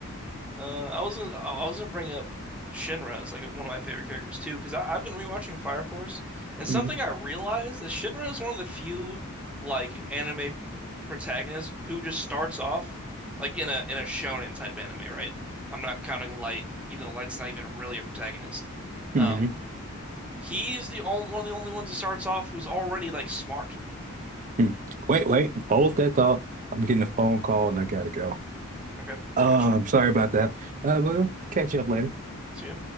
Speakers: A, in the centre; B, on the right.
A: Uh, I wasn't I was gonna bring up Shinra as like one of my favorite characters too, because I've been rewatching Fire Force, and something
B: hmm
A: I realized is Shinra is one of the few like anime protagonist who just starts off like in a in a shonen type anime, right? I'm not counting Light, even though Light's not even really a protagonist.
B: hmm
A: Um, he's the only one of the only ones that starts off who's already like smart.
B: hmm Wait, wait, hold that thought. I'm getting a phone call and I gotta go.
A: Okay,
B: Uh,
A: gotcha.
B: I'm sorry about that. Uh, we'll catch you up later.
A: See ya.